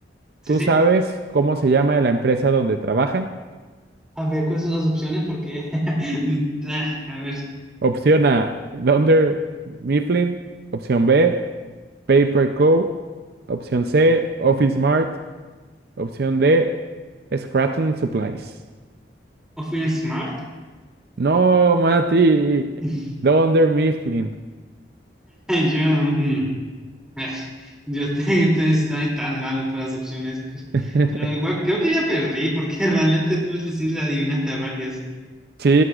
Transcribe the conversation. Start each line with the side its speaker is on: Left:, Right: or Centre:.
Centre: Sí,
Right: ¿tú
Centre: sí.
Right: sabes cómo se llama la empresa donde trabajan?
Centre: A ver, ¿cuáles son las opciones? Porque, <laughs> ah, a ver,
Right: Opción A, Dunder Mifflin. Opción B, Paper Co. Opción C, Office Mart. Opción D, Scranton Supplies.
Centre: ¿o fui smart?
Right: No, Mati,
Centre: <laughs>
Right: Dunder Mifflin.
Centre: Yo, mm, <laughs> Yo te, entonces estoy tan malo por las opciones,
Right: <laughs>
Centre: pero igual creo que ya perdí porque <laughs> realmente tú sí le adivinaste a varias.
Right: Sí,